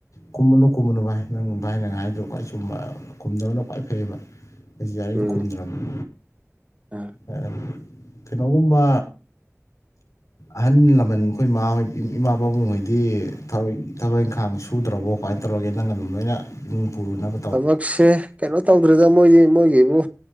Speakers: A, on the left; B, on the right.
A: ꯈꯨꯝꯃꯨꯅꯨ ꯈꯨꯝꯃꯨꯅꯨ ꯚꯥꯏ ꯅꯪ ꯚꯥꯏ ꯅꯪ ꯍꯥꯏꯗꯨ ꯈ꯭ꯋꯥꯏ ꯆꯨꯝꯕ ꯈꯨꯝꯗꯕꯅ ꯈ꯭ꯋꯥꯏ ꯐꯩꯌꯦꯕ ꯑꯩꯁꯨ ꯌꯥꯔꯤꯉꯩ
B: ꯎꯝ
A: ꯈꯨꯝꯗ꯭ꯔꯕꯅꯤ
B: ꯑ
A: ꯑꯦ ꯀꯩꯅꯣꯒꯨꯝꯕ ꯑꯍꯜ ꯂꯃꯟ ꯑꯩꯈꯣꯏ ꯃꯥꯍꯣꯏ ꯏꯃꯥ ꯏꯃꯥ ꯄꯥꯕꯨꯡ ꯍꯣꯏꯗꯤ ꯊꯕꯛ ꯊꯕꯛ ꯏꯪꯈꯥꯡ ꯁꯨꯗ꯭ꯔꯕꯣ ꯀꯃꯥꯏꯅ ꯇꯧꯔꯒꯦ ꯅꯪ ꯑꯗꯨꯝ ꯂꯣꯏꯅ ꯌꯨꯝ ꯄꯨꯔꯨꯅꯕ
B: ꯊꯕꯛꯁꯦ ꯀꯩꯅꯣ ꯇꯧꯗ꯭ꯔꯦꯗ ꯃꯣꯏꯗꯤ ꯃꯣꯏꯒꯤ ꯍꯥꯏꯕꯨ